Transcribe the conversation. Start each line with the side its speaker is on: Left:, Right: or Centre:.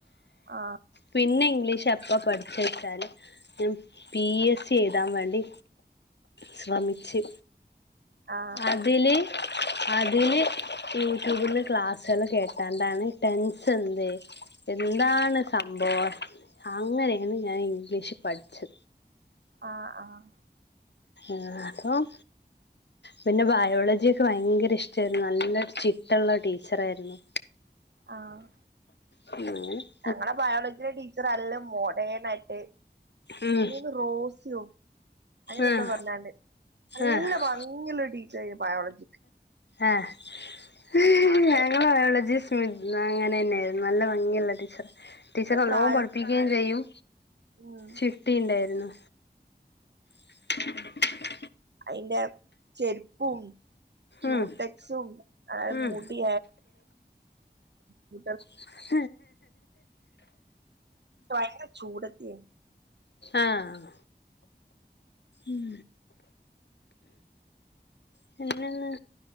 Right: ആഹ്
Left: പിന്നെ ഇംഗ്ലീഷ് അപ്പ പഠിച്ച് വെച്ചാല് ഞാൻ പി എസ് സി എഴുതാൻ വേണ്ടി ശ്രമിച്ച്.
Right: ആ
Left: അതില് അതില് യൂട്യൂബില് ക്ലാസ്സള് കേട്ടാണ്ടാണ് ടെൻസെന്ത് എന്താണ് സംഭവം അങ്ങനെണ് ഞാൻ ഇംഗ്ലീഷ് പഠിച്ച്.
Right: ആഹ് ആഹ്
Left: ആഹ് പ്പം പിന്നെ ബയോളജ്യൊക്കെ ഭയങ്കരിഷ്ട്ടേര്ന്നു നല്ല ചിട്ടള്ള ടീച്ചറായിരുന്നു.
Right: ആഹ്
Left: ഉം
Right: ഞങ്ങളെ ബയോളജിൻ്റെ ടീച്ചർ അല്ല മോഡേണായിട്ട്
Left: ഉം
Right: എന്തേനി റോസ്യോ അങ്ങനെ
Left: ആഹ്
Right: ന്തോ പർഞ്ഞാണ്ട് നല്ല
Left: ആഹ്
Right: ഭംഗിള്ള ടീച്ചറേനി ബയോളജിക്ക്
Left: ആഹ് <unintelligible>
Right: അവന്റെ
Left: തങ്ങളെ ബയോളജി <unintelligible> അങ്ങനെ ന്നായായിരുന്നു നല്ല ഭംഗിള്ള ടീച്ചറാ ടീച്ചർ നല്ലോം
Right: പ്രായം
Left: പഠിപ്പിക്കേം ചെയ്യും
Right: ഉം
Left: ചിട്ടിണ്ടായിരുന്നു. <unintelligible>
Right: അയ്ന്റെ ചെര്പ്പും ക്യൂട്ട
Left: ഉം
Right: ക്‌സും അത്
Left: ഉം
Right: മുടി <unintelligible>
Left: <unintelligible>
Right: ഭയങ്കര ചൂടത്തി
Left: ആഹ് ഉം പിന്നെന്താ